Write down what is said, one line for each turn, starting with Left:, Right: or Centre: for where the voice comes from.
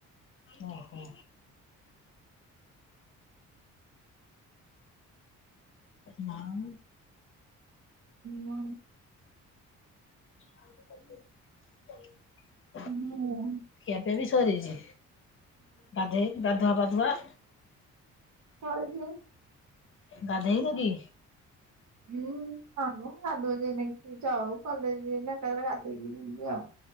Left: ଓହୋ। ନାଁ।
Right: ହୁଁ
Left: <inaudible>
Right: ହୁଁ।
Left: ଖିଆ ପିଆ ବି ସରିଛି ଗାଧେଇ ଗାଧୁଆ ପାଧୁଆ?
Right: ସରିଛି।
Left: ଗାଧେଇନୁ କି?
Right: ହୁଁ ହଁ ଗାଧୁ ଯକି ଯଉ କଲେଜ ଯିବ ଏକାଥ ଗାଧୋଇକି ଯି ଆଉ